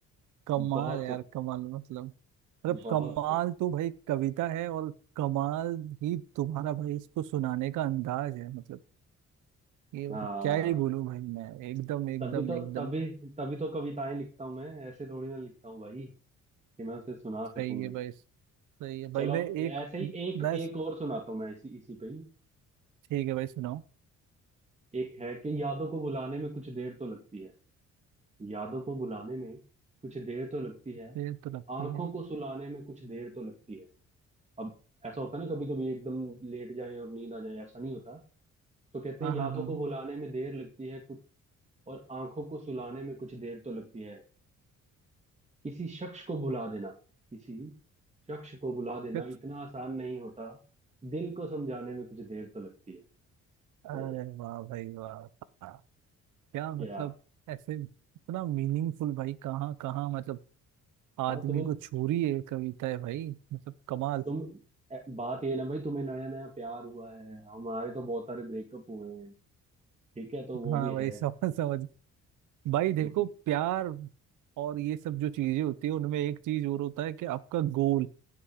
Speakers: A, on the right; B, on the right.
A: कमाल
B: बहुत
A: यार कमाल मतलब मतलब
B: बहुत
A: कमाल तो भाई कविता है और कमाल ही तुम्हारा भाई इसको सुनाने का अंदाज है मतलब ये मतलब
B: हाँ
A: क्या ही बोलूं भाई मैं एकदम एकदम
B: तभी तो
A: एकदम
B: तभी तभी तो कविताएं लिखता हूँ मैं ऐसे थोड़ी ना लिखता हूँ भाई कि मैं उसे सुना
A: सही
B: सकूं
A: है भाई सही है भाई
B: चलो
A: मैं एक
B: ऐसे ही एक
A: मैं
B: एक और सुनाता हूँ मैं इसी इसी पे ही
A: ठीक है भाई सुनाओ
B: एक है कि यादों को भुलाने में कुछ देर तो लगती है यादों को भुलाने में कुछ देर तो लगती है
A: ये तो लगती
B: आंखों
A: है
B: को सुलाने में कुछ देर तो लगती है अब ऐसा होता है ना कभी कभी एकदम लेट जाएं और नींद आ जाए ऐसा नहीं होता तो कहते
A: हाँ
B: हैं यादों
A: हाँ हाँ
B: को भुलाने में देर लगती है और आंखों को सुलाने में कुछ देर तो लगती है किसी शख्स को भुला देना किसी शख्स को भुला
A: क्या-
B: देना इतना आसान नहीं होता दिल को समझाने में कुछ देर तो लगती है अरे
A: अरे
B: यार
A: वाह भाई वाह क्या मतलब
B: क्या
A: ऐसे इतना मीनिंगफुल भाई कहाँ कहाँ मतलब आदमी
B: हाँ तुम्हें
A: को छू रही है कविता है भाई मतलब कमाल
B: तुम ए, बात ये ना भाई तुम्हें नया नया प्यार हुआ है हमारे तो बहुत सारे ब्रेकअप हुए हैं ठीक है तो वो
A: हाँ
B: भी
A: भाई
B: है
A: <laughs> समझ समझ भाई देखो
B: मतलब
A: प्यार और ये सब जो चीजें होती है उनमें एक चीज और होता है कि आपका गोल